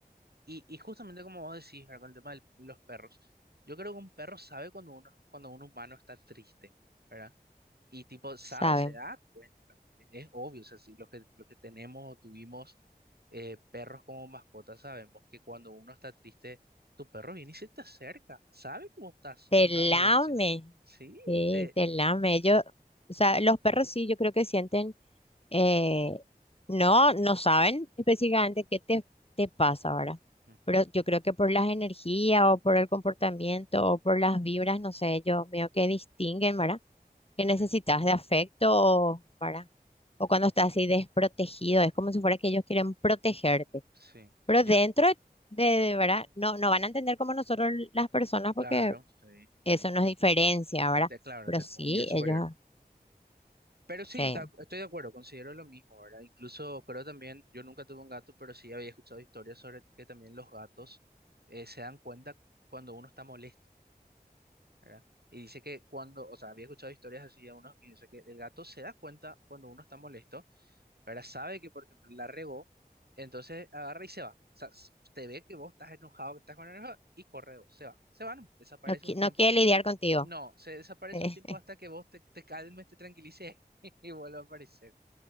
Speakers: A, on the right; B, on the left.
A: Y, y justamente como vos decís, ¿verdad? Con el tema de los perros, yo creo que un perro sabe cuando uno, cuando un humano está triste, ¿verdad? Y tipo, sabe,
B: saben.
A: se da cuenta. E- Es obvio, o sea, si los que, los que tenemos o tuvimos eh, perros como mascotas sabemos que cuando uno está triste, tu perro viene y se te acerca. Sabe que vos estás
B: Te
A: con
B: lame,
A: una dolencia. Sí,
B: sí,
A: y te...
B: te lame. Yo, o sea, los perros sí, yo creo que sienten, eh, no, no saben específicamente qué te, te pasa ahora,
A: Ujú,
B: pero yo creo que por las energías o por el comportamiento o por las vibras, no sé, yo veo que distinguen, ¿verdad? Que
A: sí,
B: necesitas de afecto, o, ¿verdad? O cuando estás así desprotegido, es como si fuera que ellos quieren protegerte,
A: sí.
B: pero
A: Yo,
B: dentro de, de, ¿verdad? No, no van a entender como nosotros las personas
A: claro,
B: porque...
A: sí, sí.
B: Eso nos diferencia,
A: Este,
B: ¿verdad?
A: claro,
B: Pero
A: tenemos
B: sí,
A: un nivel superior.
B: ellos ah,
A: Pero sí,
B: se
A: ta- estoy de acuerdo, considero lo mismo, ¿verdad? Incluso creo también, yo nunca tuve un gato, pero sí había escuchado historias sobre que también los gatos eh, se dan cuenta cuando uno está molesto. ¿verdad? Y dice que cuando, o sea, había escuchado historias así de unos míos, dice que el gato se da cuenta cuando uno está molesto, ¿verdad? Sabe que, por ejemplo, la regó, entonces agarra y se va. O sea, s- te ve que vos estás enojado, que estás con enojo, y corre, vos, se va. Se va nomás, desaparece
B: no, qui-
A: un tiempo.
B: no quieren lidiar contigo.
A: No, se desaparece
B: eh,
A: un tiempo hasta que vos te, te calmes, te tranquilices <laughs> y vuelve a aparecer.